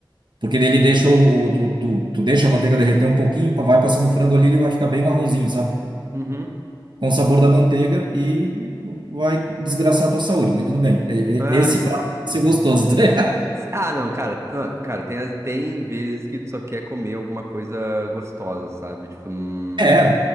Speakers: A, on the right; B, on the right.
A: Porque daí ele deixa o, o- tu, tu, tu deixa a manteiga derreter um pouquinho, vai passando o frango ali, ele vai ficar bem marronzinho, sabe?
B: uhum.
A: com o sabor da manteiga e vai desgraçar a tua saúde, mas tudo bem. E- e-
B: Ah.
A: Esse prato vai ser gostoso, tá? ligado?
B: Ah, não, cara, ah, cara, tem, as- tem vezes que tu só quer comer alguma coisa gostosa, sabe? Tipo, hum,
A: É,